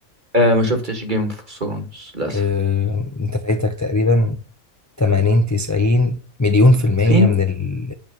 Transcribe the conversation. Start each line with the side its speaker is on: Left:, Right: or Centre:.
Right: آه ما شفتش جيم اوف ثرونز للاسف
Left: آه، انت فايتك تقريبا 80 90 مليون في المية
Right: في
Left: من ال